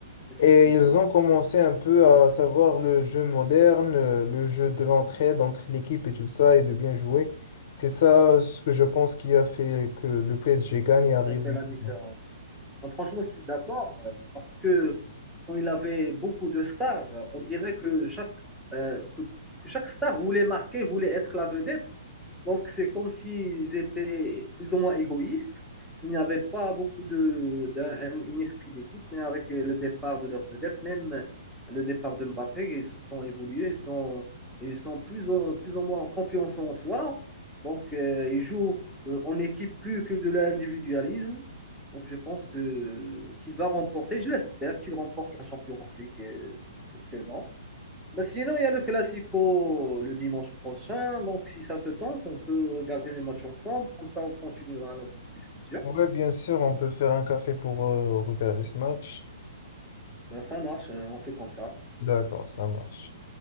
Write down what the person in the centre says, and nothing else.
effectivement.
Il a fait
la différence. Non, franchement, je suis d'accord euh, parce que quand il avait beaucoup de stars, on dirait que chaque, euh, que, que chaque star voulait marquer, voulait être la vedette. Donc, c'est comme s'ils étaient plus ou moins égoïstes. Il n'y avait pas beaucoup de, d'un un esprit d'équipe, mais avec le départ de leur vedette, même le départ de Mbappé, ils se sont évolués, ils sont, ils sont plus, ou, plus ou moins en confiance en soi. Donc, euh, ils jouent euh, en équipe plus que de l'individualisme. Donc, je pense que qu'il va remporter, je l'espère, qu'il remporte la Champions League euh, cette saison. Bah, sinon, il y a le Classico le dimanche prochain. Donc, si ça te tente, on peut regarder les matchs ensemble. Comme ça, on continuera notre discussion.
Bah, ça marche, euh, on fait comme ça.